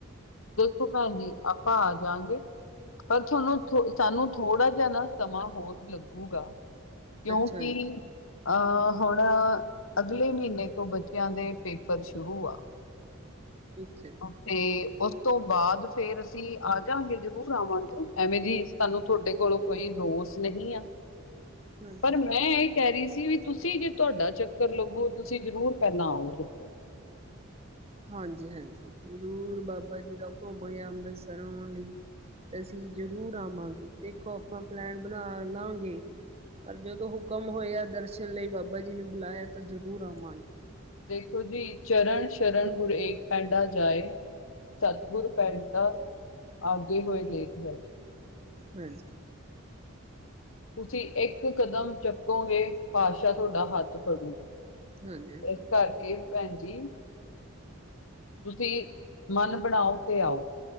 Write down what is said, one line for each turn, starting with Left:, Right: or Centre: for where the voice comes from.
Left: ਦੇਖੋ ਭੈਣ ਜੀ, ਆਪਾਂ ਆ ਜਾਗੇ। ਪਰ ਤੁਹਾਨੂੰ, ਥੋ ਸਾਨੂੰ ਥੋੜਾ ਜਿਹਾ ਨਾ। ਸਮਾਂ, ਹੋਰ ਲੱਗੂਗਾ। ਕਿਉਂਕਿ
Right: ਅੱਛਾ ਜੀ
Left: ਅਹ ਹੁਣ, ਅਗਲੇ ਮਹੀਨੇ ਤੋਂ, ਬੱਚਿਆਂ ਦੇ ਪੇਪਰ ਸ਼ੁਰੂ ਆ।
Right: ਠੀਕ ਹੈ।
Left: ਤੇ, ਉਸ ਤੋਂ ਬਾਅਦ, ਫੇਰ ਅਸੀਂ ਆਜਾਂਗੇ। ਜਰੂਰ ਆਵਾਂਗੇ। ਐਵੇਂ ਜੀ ਸਾਨੂੰ, ਤੁਹਾਡੇ ਕੋਲੋਂ, ਕੋਈ ਰੋਸ ਨਹੀਂ ਆ।
Right: ਹਾਂਜੀ
Left: ਪਰ ਮੈਂ ਇਹ, ਕਹਿ ਰਹੀ ਸੀ। ਵੀ ਤੁਸੀਂ, ਜੇ ਤੁਹਾਡਾ, ਚੱਕਰ ਲੱਗੋ। ਤੁਸੀਂ ਜ਼ਰੂਰ, ਪਹਿਲਾਂ ਆਓਗੇ।
Right: ਹਾਂਜੀ- ਹਾਂਜੀ। ਜ਼ਰੂਰ ਬਾਬਾ ਜੀ, ਦਾ ਹੁਕਮ ਹੋਇਆ ਅੰਮ੍ਰਿਤਸਰ ਆਉਣ ਲਈ। ਅਸੀਂ ਜਰੂਰ ਆਵਾਂਗੇ। ਦੇਖੋ ਆਪਾਂ ਪਲੈਨ, ਬਣਾ ਲਾਂਗੇ। ਪਰ ਜਦੋਂ, ਹੁਕਮ ਹੋਏ ਆ, ਦਰਸ਼ਨ ਲਈ। ਬਾਬਾ ਜੀ ਨੇ ਬੁਲਾਇਆ, ਤਾਂ ਜ਼ਰੂਰ ਆਵਾਂਗੇ।
Left: ਦੇਖੋ ਜੀ, ਚਰਨ ਸ਼ਰਨ ਗੁਰਏਕ ਪਿੰਡਾ ਜਾਏ। ਸਤਿਗੁਰ ਪਿੰਡ ਤਾਂ, ਅਗੇ ਹੋਏ ਲੇਟ ਹੈ।
Right: ਹਮ <unintelligible>
Left: ਤੁਸੀਂ, ਇੱਕ ਕਦਮ, ਚੱਕੋਗੇ। ਪਾਤਸ਼ਾ ਤੁਹਾ ਦਾ, ਹੱਥ ਫੜੂ।
Right: ਹਾਂਜੀ-ਹਾਂਜੀ-ਹਾਂਜੀ
Left: ਇਸ ਕਰਕੇ ਭੈਣ ਜੀ। ਤੁਸੀਂ, ਮਨ ਬਣਾਓ। ਤੇ ਆਓ।